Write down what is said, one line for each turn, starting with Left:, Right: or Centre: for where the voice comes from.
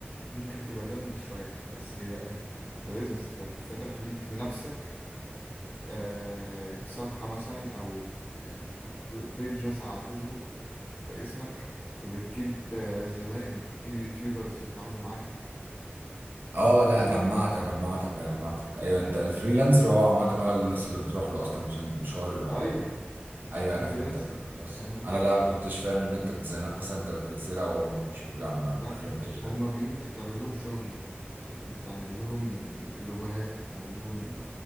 Left: ممكن تبقى دمج شوية بس هي لا انت انت بيزنس انت فاتح ليك لنفسك آه، صفحة مثلا او بيج مثلا على الفيسبوك باسمك وبتجيب آه، زباين وبتجيب يوتيوبرز يتعاملوا معاك
Right: اه
Left: انت
Right: لا
Left: بيجي
Right: جمعتك
Left: يقول لك
Right: جمعتك جمعتك ايوه انت الفريلانسر هو عامه هو الناس اللي بتروح له اصلا مش مش هو اللي بيروح
Left: ايوه
Right: له
Left: انت
Right: ايوه انا
Left: فريلانس
Right: فهمتك لا، خلاص
Left: فاهم
Right: انا لا ما كنتش فاهم ان انت الديزاينات مثلا انت بتنزلها وهم بيشوفوا لا ما
Left: لا
Right: فهمتش
Left: انت هما
Right: ده
Left: بيجي انت بتعمل لهم شغل انت بتفتح بتعمل لهم لوجوهات وبتعمل لهم